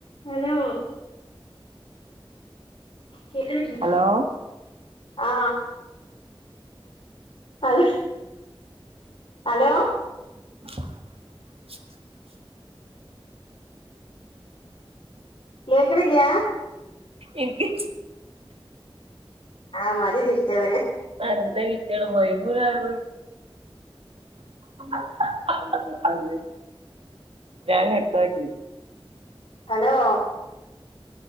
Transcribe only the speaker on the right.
ഹലോ
<inaudible>
ഇൻക്ക്
അല്ല വിറ്റാണ് <unintelligible> ഞാൻ കട്ടാക്കി